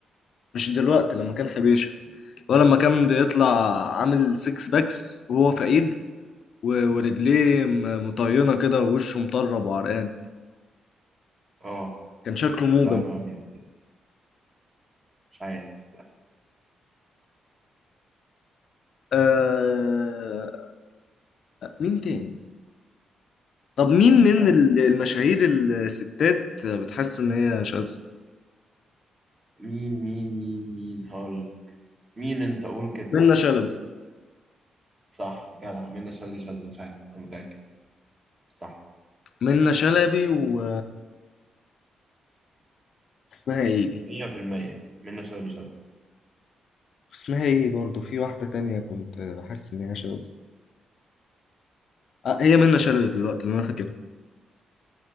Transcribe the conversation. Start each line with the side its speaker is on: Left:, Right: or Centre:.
Left: مش دلوقتي لما كان حبيشه ولا لما كان بيطلع عامل سيكس باكس وهو فقير و- ورجليه م- مطينة كده ووشه مطرب وعرقان
Right: اه
Left: كان شكله موجب
Right: لا ما طيب مش عارف لا
Left: آه... مين تاني؟ طب مين من
Right: آه.
Left: ال- المشاهير الستات بتحس إن هي شاذة؟
Right: مين مين مين مين هقول لك. مين انت قول كده
Left: منة شلبي
Right: صح جدع منى شلبي شاذة فعلا انا متأكد صح
Left: منة شلبي و اسمها ايه دي؟
Right: 100% منى شلبي شاذة
Left: اسمها ايه برضه في واحدة تانية كنت بحس إن هي شاذة آه هي منة شلبي دلوقتي اللي أنا فاكرها